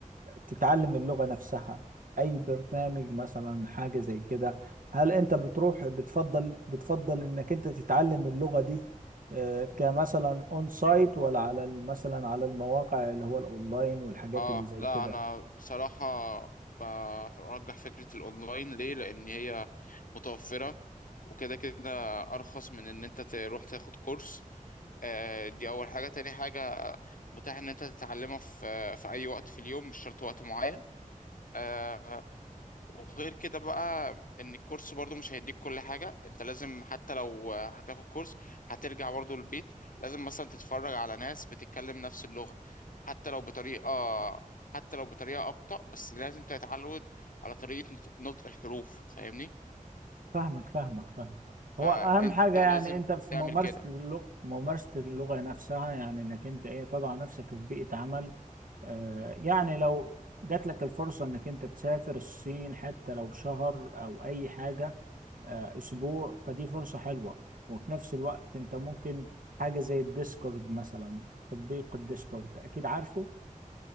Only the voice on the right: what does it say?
تتعلم اللغة نفسها اي برنامج مثلا حاجة زي كده هل انت بتروح بتفضل بتفضل انك انت تتعلم اللغة دي آه، كمثلا اون سايت ولا على ال- مثلا على المواقع اللي هو الاونلاين والحاجات
اللي زي
كده
فاهمك فاهمك فاهمك
هو اهم حاجه
يعني انت في
ممارسه
اللغه ممارسه اللغه نفسها يعني انك انت ايه تضع نفسك في بيئه عمل آه يعني لو جات لك الفرصه انك انت تسافر الصين حتى لو شهر او اي حاجه آه اسبوع فدي فرصه حلوه وفي نفس الوقت انت ممكن حاجه زي الديسكورد مثلا تطبيق الديسكورد اكيد عارفه